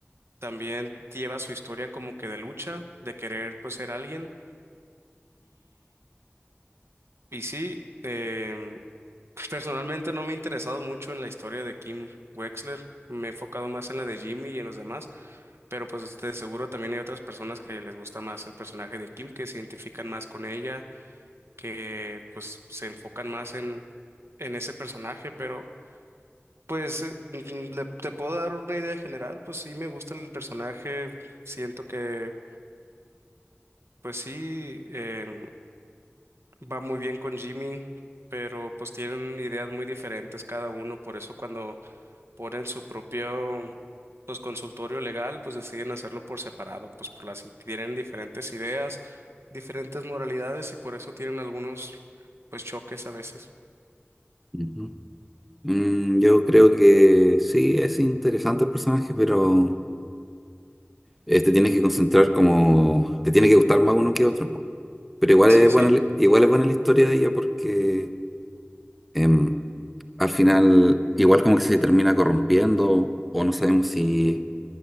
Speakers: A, on the right; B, in the centre.
A: también lleva su historia como que de lucha, de querer pues ser alguien Y sí, em, personalmente no me he interesado mucho en la historia de Kim Wexler. Me he enfocado más en la de Jimmy y en los demás, pero pues de seguro también hay otras personas que les gusta más el personaje de Kim, que se identifican más con ella, que pues se enfocan más en, en ese personaje, pero pues eh, mm, le- te puedo dar una idea general, pues sí me gusta el personaje, siento que pues sí, em, va muy bien con Jimmy, pero pues tienen ideas muy diferentes cada uno, por eso cuando ponen su propio pues consultorio legal, pues deciden hacerlo por separado, pues por las tienen diferentes ideas, diferentes moralidades y por eso tienen algunos pues choques a veces.
B: Ujú. Mm, yo creo que sí, es interesante el personaje, pero eh, te tienes que concentrar como... Te tiene que gustar más uno que otro. po. Pero igual
A: Sí,
B: es buena,
A: sí.
B: la- igual es buena la historia de ella porque em, al final igual como que se termina corrompiendo o no sabemos si